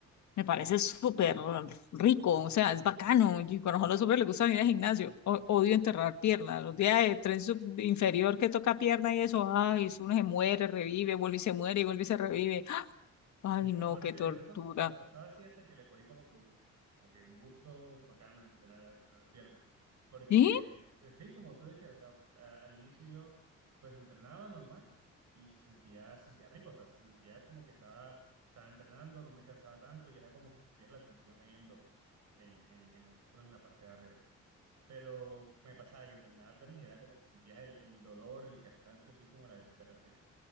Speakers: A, on the left; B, on the right.
A: Me parece súper rico, o sea, es bacano. Y conozco a los hombres les gusta ir al gimnasio. O- odio enterrar piernas. Los días de tren sub- inferior que toca pierna y eso, ay, eso uno se muere, revive, vuelve y se muere y vuelve y se revive. Ay, no,
B: No, pero
A: qué
B: tienes
A: tortura.
B: razón. O sea, me pasaba así hasta que le cogí como que, un- como que un gusto bacano a entrenar, a entrenar piernas. Porque,
A: ¿Sí?
B: pues, sí, como tú decías, o sea, a- al inicio yo pues entrenaba normal y se sentía, se sentía rico, o sea, se sentía como que estaba, estaba entrenando, no me cansaba tanto y era como que sentías la tensión ahí en los, en, en, en los músculos en la parte de arriba. pero me pasaba que entrenaba piernas y era como que sentías el, el dolor, el cansancio, así como la desesperación,